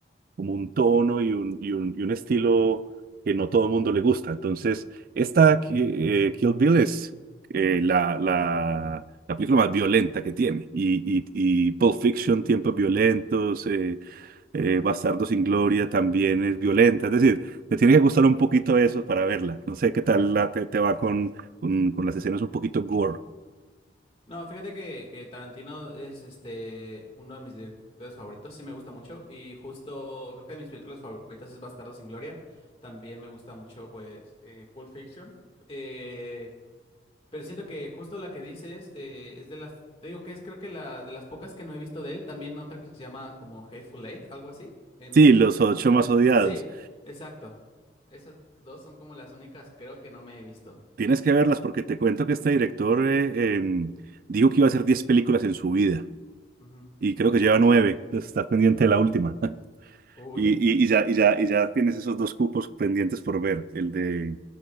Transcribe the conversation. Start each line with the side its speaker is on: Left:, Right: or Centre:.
Right: como un tono y un, y un, y un estilo que no todo el mundo le gusta. Entonces, esta Ki- eh, Kill Bill es eh, la, la, la película más violenta que tiene. Y, y, y Pulp Fiction, Tiempos Violentos, eh, eh, Bastardo sin Gloria también es violenta. Es decir, te tiene que gustar un poquito eso para verla. No sé qué tal la, te, te va con, con, con las escenas un poquito gore.
Left: No, fíjate que, que Tarantino es este uno de mis directores favoritos, sí me gusta mucho. Y justo creo que de mis películas favoritas es Bastardo sin Gloria. También me gusta mucho, pues, eh, Pulp Fiction. Eh, Pero siento que justo la que dices eh, es de las, te digo que es creo que la de las pocas que no he visto de él, también otra que se llama como Hateful Eight, algo así. Eh, no
Right: Sí,
Left: sé
Right: los
Left: si...
Right: ocho más odiados.
Left: Sí, exacto. Esas dos son como las únicas creo que no me he visto.
Right: Tienes que verlas porque te cuento que este director eh, em, dijo que iba a hacer 10 películas en su vida.
Left: Ujú.
Right: y creo que lleva nueve, entonces estás pendiente de la última. <laughs>
Left: Uy.
Right: Y, y, y ya, y ya, y ya tienes esos dos cupos pendientes por ver, el de,